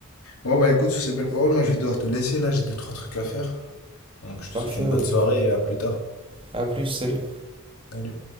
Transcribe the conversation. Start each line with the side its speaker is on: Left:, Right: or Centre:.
Left: Ouais, bah écoute, sur ces belles paroles, moi je vais devoir te laisser là, j'ai deux, trois trucs à faire. Donc je te
Right: Parfait,
Left: souhaite une
Right: ouais.
Left: bonne soirée et à plus tard.
Right: A plus, salut.
Left: Salut.